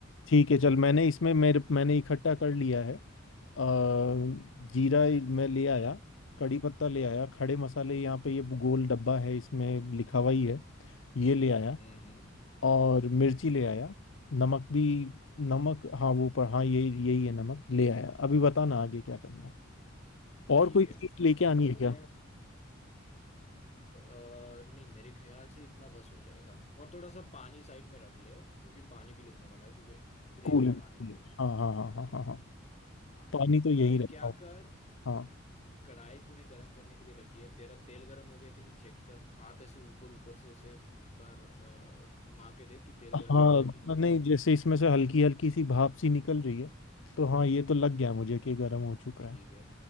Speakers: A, on the left (about 70°); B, on the left (about 35°).
A: ठीक है चल मैंने इसमें मेरे मैंने इकट्ठा कर लिया है अ, जीरा ही मैं ले आया कड़ी पत्ता ले आया खड़े मसाले यहाँ पे ये गोल डब्बा है इसमें लिखा हुआ ही है ये ले आया
B: हम्म हम्म
A: और मिर्ची ले आया नमक भी नमक हाँ वो पर हाँ यही यही है नमक ले आया अभी बताना आगे क्या करना है और
B: ठीक
A: कोई
B: है
A: चीज लेके आनी
B: अभी तूने
A: है क्या
B: अ, नहीं मेरे ख्याल से इतना बस हो जाएगा और थोड़ा सा पानी साइड में रख ले क्योंकि पानी भी लगने वाला है तुझे ग्रेवी
A: कूल
B: बनाने
A: हाँ
B: के लिए
A: हाँ हाँ हाँ हाँ हाँ
B: हाँ
A: पानी तो यही
B: अभी
A: रखा
B: क्या
A: हूँ
B: कर
A: हाँ
B: कढ़ाई तूने गरम करने के लिए रखी है तेरा तेल गरम हो गया कि नहीं चेक कर हाथ ऐसे ऊपर ऊपर से ऐसे एक बार अ, घुमा के देख कि तेल
A: हाँ
B: गरम हुआ है कि नहीं हुआ
A: नहीं जैसे इसमें से हल्की हल्की सी भाप सी निकल रही है तो हाँ ये तो लग गया मुझे कि गर्म हो चुका
B: ठीक
A: है
B: है